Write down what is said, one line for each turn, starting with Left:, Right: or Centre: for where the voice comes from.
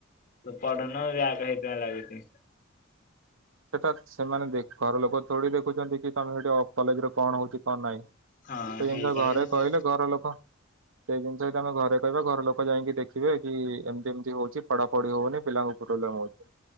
Left: ତୁ ପଢ଼ୁନୁ ବ୍ୟାକ ଏକଜାମ ଲାଗୁଛି।
Right: ସେଟା ସେମାନେ ଦେଖେ ଘର ଲୋକ ଥୋଡି ଦେଖୁଛନ୍ତି କି ତମେ ସେଠି କଲେଜରେ କଣ ହଉଛି କଣ ନାହିଁ। ସେଇ
Left: ହଁ ହେଇଟା
Right: ଜିନିଷ ଘରେ କହିଲ ଘର ଲୋକ ସେଇ ଜିନିଷ ଯଦି ଆମେ ଘରେ କହିବା ଘର ଲୋକ ଯାଇକି ଦେଖିବେ କି ଏମିତି ଏମିତି ହଉଛି ପଢାପଢି ହଉନି ପିଲାଙ୍କୁ ପ୍ରୋବ୍ଲେମ୍ ହୋଉଛି।